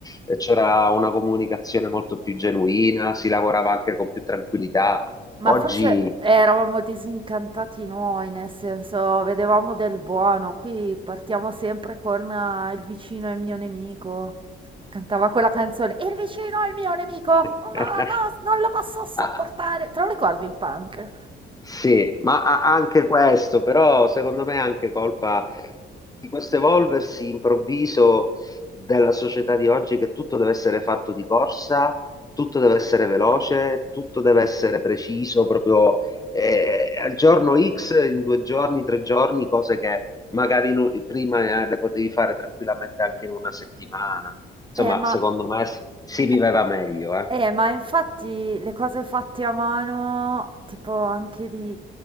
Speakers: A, on the left; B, on the right.
A: Eh, C'era una comunicazione molto più genuina, si lavorava anche con più tranquillità.
B: Ma
A: Oggi...
B: forse eravamo disincantati noi, nel senso, vedevamo del buono. Qui partiamo sempre con eh, il vicino è il mio nemico. Cantava quella canzone, il vicino è il mio nemico, no,
A: <laughs>
B: no, no, non lo posso sopportare.
A: Ah,
B: Te lo ricordi il punk?
A: Sì, ma a- anche questo, però secondo me è anche colpa di questo evolversi improvviso della società di oggi che tutto deve essere fatto di corsa, tutto deve essere veloce, tutto deve essere preciso, proprio eh, al giorno X, in due giorni, tre giorni, cose che magari in un- prima eh, le potevi fare tranquillamente anche in una settimana. Insomma,
B: Eh, ma,
A: secondo me si, si viveva
B: eh,
A: meglio, eh.
B: eh, ma infatti le cose fatte a mano, tipo anche lì,